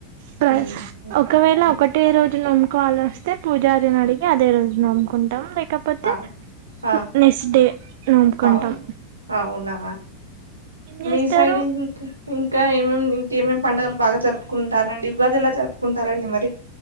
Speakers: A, on the right (about 50°); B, on the right (about 80°).
A: ప్రై
B: హ్మ్
A: ఓక్ ఒకవేళ
B: హ్మ్
A: ఒకటే రోజు నోముకోవాలో వస్తే పూజారిని అడిగి అదే రోజు నోముకుంటాం లేక పోతే
B: ఆ ఆ
A: ఉ నెక్స్ట్ డే నోమ్కుంటాం
B: అవును అవునా
A: చేస్తారు
B: మీ సైడంగ్ ఇంకా ఏమేమి ఇంకేమేం పండుగలు బాగా జరుపుకుంటారండి, ఉగాది ఏలా జరుపుకుంటారండి మరి?